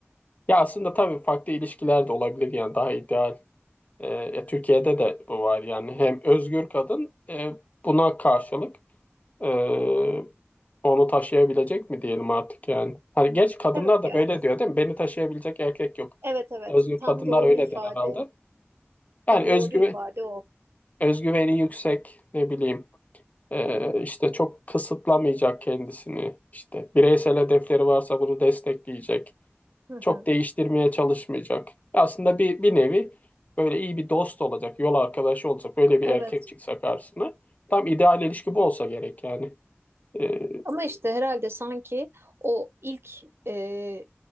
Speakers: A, on the left; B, on the right.
A: ya aslında tabii farklı ilişkiler de olabilir yani daha ideal E, ya Türkiye'de de bu var yani hem özgür kadın e, buna karşılık e, onu taşıyabilecek mi diyelim artık yani. Hani genç kadınlar
B: Evet
A: da
B: ya.
A: böyle diyor değil mi? Beni taşıyabilecek erkek yok.
B: Evet evet.
A: Özgür
B: Tam
A: kadınlar
B: doğru
A: öyle
B: ifade.
A: der herhalde.
B: Tam
A: Yani
B: doğru
A: özgü,
B: ifade o.
A: özgüveni yüksek ne bileyim e, işte çok kısıtlamayacak kendisini işte bireysel hedefleri varsa bunu destekleyecek.
B: Hı
A: çok
B: hı.
A: değiştirmeye çalışmayacak. Aslında bir, bir nevi böyle iyi bir dost olacak, yol arkadaşı olacak. Böyle bir
B: Evet.
A: erkek çıksa karşısına. Tam ideal ilişki bu olsa gerek yani. Ee,
B: Ama işte herhalde sanki o ilk e,